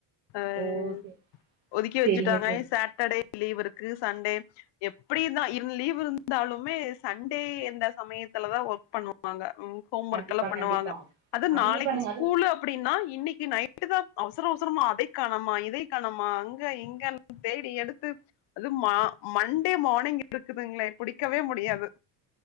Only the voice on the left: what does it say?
ஆஹ
ஒதுக்கி வச்சுட்டாங்க
சாட்டர்டே லீவ் இருக்கு சண்டே எப்படிதான் இரு லீவ் இருந்தாலுமே சண்டே எந்த சமயம் ல தான் ஒர்க் பண்ணுவாங்க ஹோம்
ஒர்க் எல்லாம் பண்ணுவாங்க
அது
நாளைக்கு
ஸ்கூலு
அப்படின்னா இன்னைக்கு நைட்டு தான் அவசரம் அவசரமா அதை காணமா இதை காணமா அங்க இங்க தேடி எடுத்து அது மா மண்டே மார்னிங் இருக்குதுங்களே புடிக்கவே முடியாது